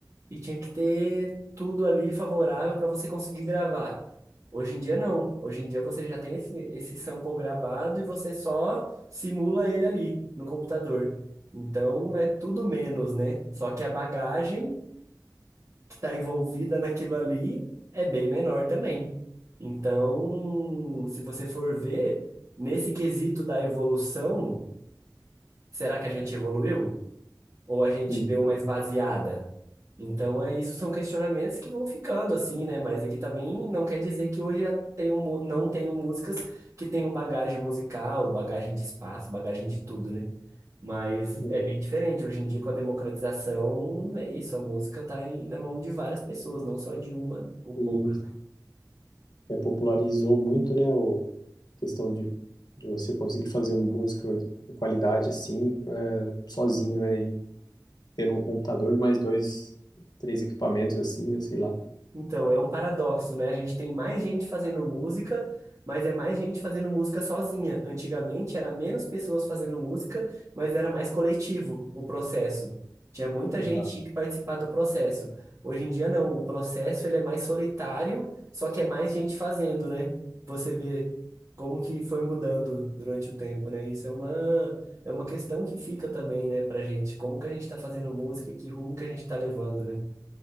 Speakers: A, on the right; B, on the left.
A: E tinha que ter tudo ali favorável para você conseguir gravar. Hoje em dia não. Hoje em dia você já tem esse, esse sample gravado e você só simula ele ali no computador. Então é tudo menos, né? Só que a bagagem que está envolvida naquilo ali é bem menor também. Então, se você for ver, nesse quesito da evolução, será que a gente evoluiu? ou a gente
B: Então,
A: deu uma esvaziada? Então, é isso, são questionamentos que vão ficando assim, né? Mas aqui também não quer dizer que hoje já tenho, mu- não tenho músicas que tenham bagagem musical, bagagem de espaço, bagagem de tudo, né? Mas
B: é,
A: é bem diferente. Hoje em dia, com a democratização, é isso, a música está na mão de várias pessoas, não só de uma ou
B: e
A: poucas.
B: é, popularizou muito, né, o, a questão de, de você conseguir fazer música com qualidade assim, é, sozinho, né, e ter um computador, mais dois, três equipamentos assim, né, sei lá.
A: Então, é um paradoxo, né? A gente tem mais gente fazendo música, mas é mais gente fazendo música sozinha. Antigamente era menos pessoas fazendo música, mas era mais coletivo o processo. Tinha muita
B: Exato.
A: gente que participava do processo. Hoje em dia não, o processo ele é mais solitário, só que é mais gente fazendo, né? Você vê como que foi mudando durante o tempo, né? Isso é uma é uma questão que fica também, né, pra gente. Como que a gente tá fazendo música e que rumo que a gente tá levando, né?